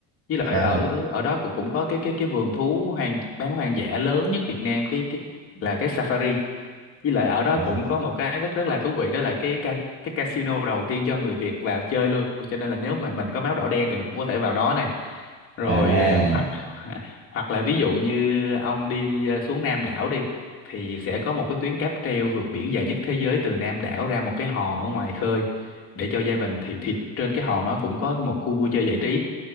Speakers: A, on the left; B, on the right.
A: với lại
B: À,
A: ở ở đó cũng cũng có cái cái cái vườn thú hoang bán hoang dã lớn nhất Việt Nam cái cái là cái Safari với lại ở đó
B: à,
A: cũng có một cái rất rất là thú vị đó là cái ca cái casino đầu tiên cho người Việt vào chơi luôn cho nên là nếu mà mình có máu đỏ đen thì mình cũng có thể vào đó này rồi
B: à,
A: hoặc hoặc là ví dụ như ông đi ờ, xuống Nam đảo đi thì sẽ có một cái tuyến cáp treo vượt biển dài nhất thế giới từ Nam đảo ra một cái hòn ở ngoài khơi để cho gia đình thì thì trên cái hòn nó cũng có một khu vui chơi giải trí